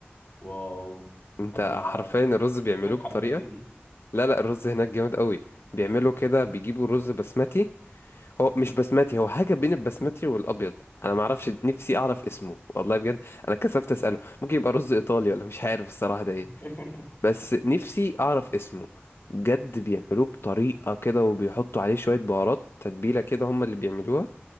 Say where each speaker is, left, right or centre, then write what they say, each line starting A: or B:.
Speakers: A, on the left; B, on the left.
A: واو
B: أنت
A: انا
B: حرفيا الرز بيعملوه
A: فكرك حمستني
B: بطريقة لا لا الرز هناك جامد قوي بيعملوا كده بيجيبوا رز بسمتي هو مش بسمتي هو حاجة بين البسمتي والأبيض أنا معرفش نفسي أعرف اسمه والله بجد أنا كسفت أسأله ممكن يبقى رز إيطالي ولا مش عارف الصراحة ده إيه
A: <laughs>
B: بس نفسي أعرف اسمه بجد بيعملوه بطريقة كده وبيحطوا عليه شوية بهارات تتبيلة كده هم اللي بيعملوها